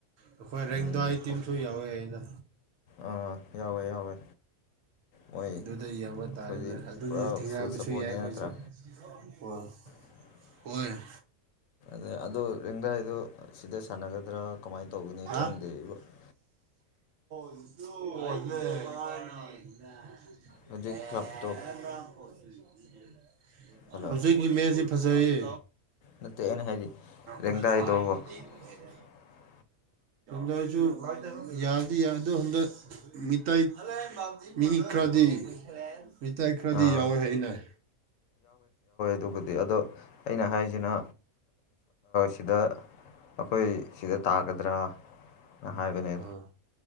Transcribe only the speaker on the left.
ꯎꯝ,
ꯈꯣ-
ꯑꯥ ꯌꯥꯎꯋꯦ ꯌꯥꯎꯋꯦ ꯃꯣꯏ
ꯑꯩꯈꯣꯏꯗꯤ
ꯄꯨꯔꯥ
ꯐꯨꯜ
ꯁꯞꯄꯣꯔꯠꯅꯦ
ꯅꯠꯇ꯭ꯔꯥ
<unintelligible>
ꯑ ꯑꯗꯣ ꯔꯦꯡꯗꯥꯏꯗꯣ ꯁꯤꯗ ꯁꯥꯟꯅꯒꯗ꯭ꯔꯥ ꯀꯃꯥꯏꯅ ꯇꯧꯒꯅꯤ
ꯈꯪꯗꯦ ꯑꯩꯕꯨ <unintelligible>
ꯍꯧꯖꯤꯛ ꯀ꯭ꯂꯕꯇꯣ
ꯍꯜꯂꯣ
ꯅꯠꯇꯦ ꯑꯅ ꯍꯥꯏꯗꯤ ꯂꯦꯡꯗꯥꯏꯗꯣꯕ
<unintelligible>
ꯑꯥ
ꯑꯗꯨꯒꯕꯨꯗꯤ ꯑꯗꯣ ꯑꯩꯅ ꯍꯥꯏꯁꯤꯅ ꯁꯤꯗ ꯑꯩꯈꯣꯏ ꯁꯤꯗ ꯇꯥꯒꯗ꯭ꯔꯥ ꯅ ꯍꯥꯏꯕꯅꯦ